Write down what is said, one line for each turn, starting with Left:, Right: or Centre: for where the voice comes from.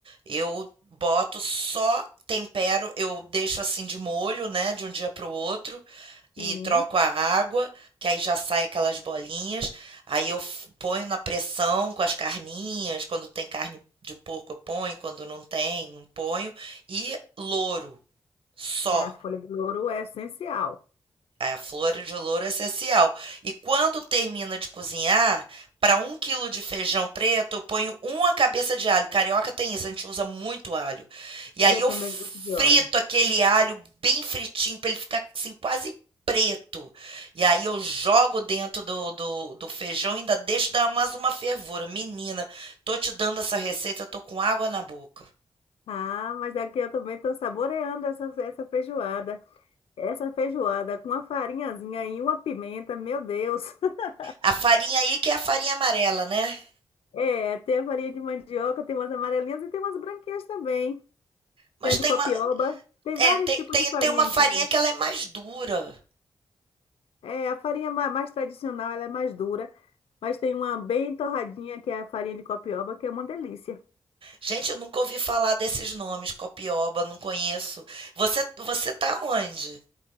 Right: Eu boto só tempero, eu deixo assim de molho, né, de um dia para o outro e
Left: Sim,
Right: troco a água, que aí já sai aquelas bolinhas. Aí eu f- ponho na pressão com as carninhas, quando tem carne de porco eu ponho, quando não tem, não ponho. E louro, só.
Left: a folha de louro é essencial.
Right: A flor de louro é essencial. E quando termina de cozinhar, para um quilo de feijão preto, eu ponho uma cabeça de alho. Carioca tem isso, a gente usa muito alho. E aí
Left: Eu
Right: eu
Left: também
Right: frito
Left: gosto de óleo.
Right: aquele alho bem fritinho, para ele ficar assim, quase preto. E aí eu jogo dentro do, do, do feijão e ainda deixo dar mais uma fervura. Menina, tô te dando essa receita, eu tô com água na boca.
Left: Ah, mas aqui eu também estou saboreando essa, essa feijoada. Essa feijoada com uma farinhazinha e uma pimenta, meu Deus. <laughs>
Right: A farinha aí que é a farinha amarela, né?
Left: É, tem a farinha de mandioca, tem umas amarelinhas e tem umas branquinhas também.
Right: Mas
Left: Tem a de
Right: tem
Left: copioba,
Right: uma,
Left: tem
Right: É,
Left: vários
Right: tem,
Left: tipos
Right: tem,
Left: de farinha
Right: tem uma farinha
Left: aqui.
Right: que ela é mais dura.
Left: É, a farinha ma- mais tradicional, ela é mais dura, mas tem uma bem torradinha, que é a farinha de copioba, que é uma delícia.
Right: Gente, eu nunca ouvi falar desses nomes, copioba, não conheço. Você, você tá onde?